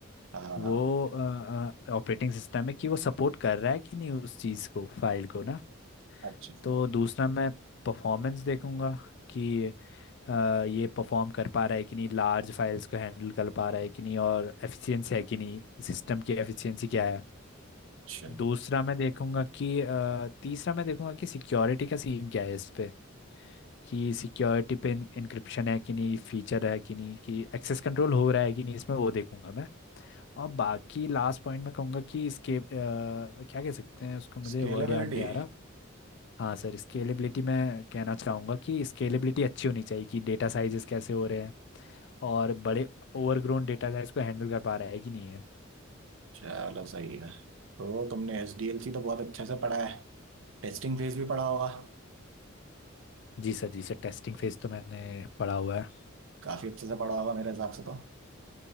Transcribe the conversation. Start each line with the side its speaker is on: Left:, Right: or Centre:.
Right: हाँ
Left: वो ऑपरेटिंग सिस्टम है कि वो सपोर्ट कर रहा है कि नहीं उस चीज़ को फाइल को ना
Right: अच्छी
Left: तो दूसरा मैं परफॉर्मेंस देखूंगा कि अ, ये परफॉर्म कर पा रहा है कि नहीं लार्ज फाइल्स को हैंडल कर पा रहा है कि नहीं और एफिशिएंसी है कि नहीं सिस्टम की एफिशिएंसी क्या है
Right: चल
Left: दूसरा मैं देखूंगा कि अ, तीसरा मैं देखूंगा कि सिक्योरिटी का सीन क्या है इस पे कि सिक्योरिटी पे इंक्रिप्शन है कि नहीं फीचर है कि नहीं कि एक्सेस कंट्रोल हो रहा है कि नहीं इसमें वो देखूंगा मैं और बाकी लास्ट पॉइंट मैं कहूँगा कि इसके क्या कह सकते हैं उसको मुझे
Right: स्केलेबिलिटी
Left: वर्ड याद नहीं आ रहा हाँ सर स्केलेबिलिटी मैं कहना चाहूँगा कि स्केलेबिलिटी अच्छी होनी चाहिए कि डेटा साइजेस कैसे हो रहे हैं और बड़े ओवरग्रोन डेटा साइज को हैंडल कर पा रहा है कि नहीं है
Right: चलो सही है तो तुमने एस डी एल सी तो बहुत अच्छे से पढ़ा है टेस्टिंग फेज भी पढ़ा होगा
Left: जी सर जी सर टेस्टिंग फेज तो मैंने पढ़ा हुआ है
Right: काफी अच्छे से पढ़ा होगा मेरे हिसाब से तो